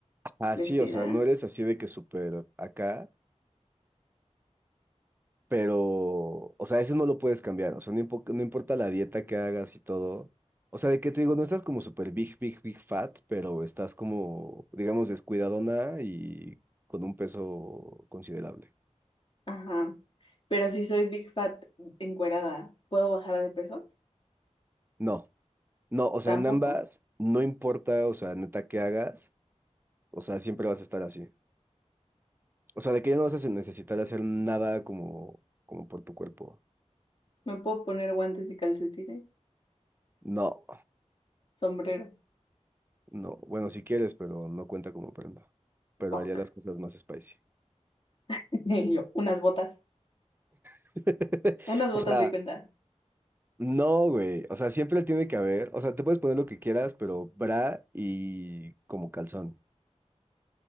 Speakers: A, on the right (about 15°); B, on the left (about 45°).
A: Ah,
B: vestida.
A: sí, o sea, no eres así de que súper acá, Pero, o sea, ese no lo puedes cambiar. O sea, no, impo- no importa la dieta que hagas y todo. O sea, de que te digo, no estás como súper big, big, big fat, pero estás como, digamos, descuidadona y con un peso considerable.
B: Ajá. Pero si soy big fat encuerada, ¿puedo bajar de peso?
A: No, no, o sea,
B: Tampoco.
A: en ambas, no importa, o sea, neta que hagas, o sea, siempre vas a estar así. O sea, de que ya no vas a necesitar hacer nada como, como por tu cuerpo.
B: ¿Me puedo poner guantes y calcetines?
A: No,
B: Sombrero.
A: no, bueno, si quieres, pero no cuenta como prenda. Pero
B: Fuck.
A: haría las cosas más spicy.
B: <laughs> Y yo, unas botas.
A: <laughs>
B: Unas
A: O
B: botas
A: sea,
B: y cuenta.
A: no, güey. O sea, siempre tiene que haber. O sea, te puedes poner lo que quieras, pero bra y como calzón.